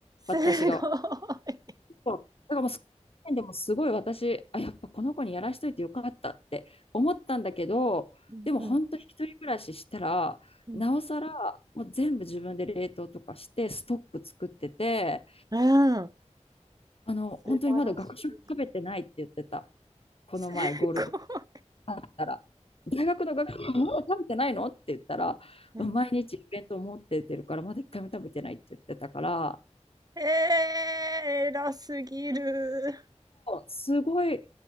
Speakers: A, on the left; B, on the right.
A: 私が
B: すごい。
A: そう。だからもう、その時点でもすごい私、あ、やっぱこの子にやらしといてよかったって思ったんだけど、
B: うんうん
A: でも本当一人暮らししたら、
B: うん。
A: なおさら、もう全部自分で冷凍とかして、ストック作ってて、
B: うーん。
A: あの、本当にまだ学食食べてないって言ってた。
B: 素晴らしい。
A: この前、
B: すごい
A: ゴールデンあったら。大学の学食まだ食べてないのって言ったら、
B: うん。
A: 毎日イベント持ってってるから、
B: い。
A: まだ一回も食べてないって言ってたから、
B: ええ、偉すぎる。
A: すごい、